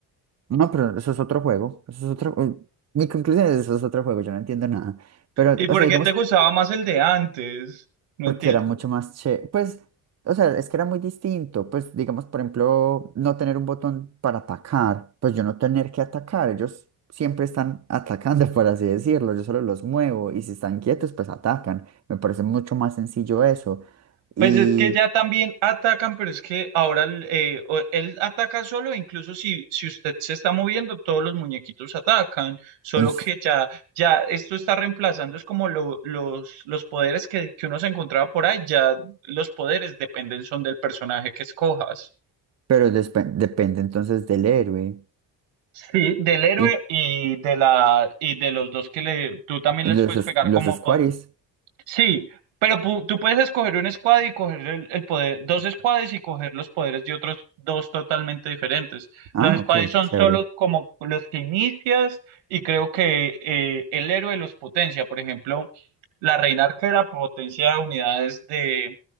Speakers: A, on the right; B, on the right.
A: No, pero eso es otro juego. Eso es otro... eh, Mi conclusión es eso es otro juego, yo no entiendo nada. Pero,
B: ¿Y por
A: o sea,
B: qué
A: digamos,
B: te gustaba más el de antes? No
A: porque
B: entiendo.
A: era mucho más che... Pues, o sea, es que era muy distinto. Pues, digamos, por ejemplo, no tener un botón para atacar. Pues yo no tener que atacar. Ellos siempre están atacando, <laughs> por así decirlo. Yo solo los muevo y si están quietos, pues atacan. Me parece mucho más sencillo eso. Y...
B: Pues es que ya también atacan, pero es que ahora el, eh, o- él ataca solo, incluso si, si usted se está moviendo, todos los muñequitos atacan, solo
A: es-
B: que ya, ya esto está reemplazando, es como lo- los, los poderes que, que uno se encontraba por ahí, ya los poderes dependen son del personaje que escojas.
A: Pero despe- depende entonces del héroe.
B: Sí, del héroe
A: Y
B: y de la, y de los dos que le, tú también
A: los,
B: les puedes pegar
A: los
B: como
A: squares.
B: Sí, pero pu- tú puedes escoger un squad y coger el, el poder, dos squads y coger los poderes de otros dos totalmente diferentes.
A: Ah,
B: Los squads
A: ok,
B: son
A: chévere.
B: solo como los que inicias y creo que eh, el héroe los potencia. Por ejemplo, la reina arquera potencia unidades de,